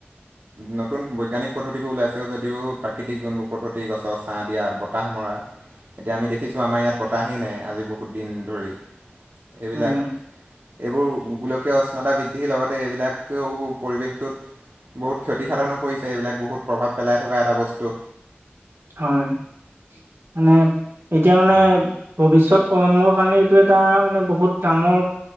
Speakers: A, on the right; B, on the right.
A: নতুন বৈজ্ঞানিক পদ্ধতিবোৰ ওলাইছেও যদিও প্ৰাকৃতিক যোনবোৰ পদ্ধতি গছৰ ছাহ দিয়া, বতাহ মৰা
B: <unintelligible>
A: এতিয়া আমি দেখিছোঁ আমাৰ ইয়াত বতাহেই নাই, আজি বহুত দিন ধৰি এইবিলাক
B: উম,
A: এইবোৰ গোলকীয় উষ্ণতা বৃদ্ধিৰ লগতে এইবিলাকেও পৰিৱেশটোত বহুত ক্ষতিসাধনো কৰিছে, এইবিলাক বহুত প্ৰভাৱ পেলাই থকা এটা বস্তু।
B: হয়। মানে এতিয়া মানে ভৱিষ্যত অ' জন্মৰ কাৰণে এইটো এটা মানে বহুত ডাঙৰ